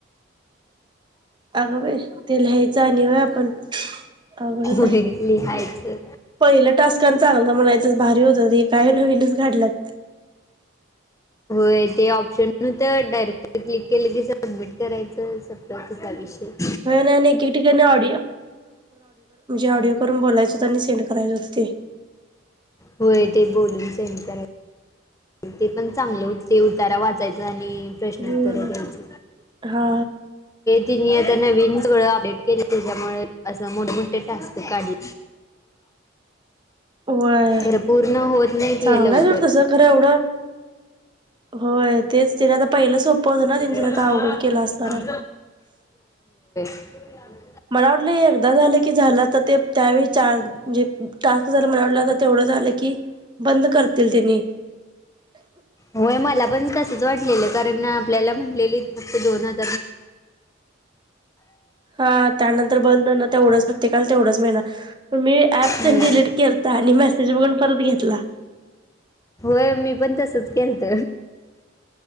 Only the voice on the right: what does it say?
अगं बाई ते लिहायचं आणि होय आपण अघडच
आहे
पहिलं टास्क आणि चांगल म्हणायचं भारी होत हे काय नवीनच काढल्यात
<unintelligible> म्हणजे ऑडिओ करून बोलायच होतं आणि सेंड करायचं होतं ते
हम्म
हा
वय
चांगलंय
आहे सोड तस खरं एवढं होय तेच ते ना पहिलं सोप होतं ना त्यांच्याला
तर अवघड केला असणार आहे
मला वाटलं एकदा झालं की झालं तर ते त्यावेळी चे टास्क जर मला वाट तर तेवढ क झाला की बंद करतील त्यांनी
हा त्यानंतर बंद ना तेवढंच प्रत्येकाला तेवढंच मिळनार मी अँप
तेनं डिलीट केलत आणि मॅसेज बघून परत घेतला.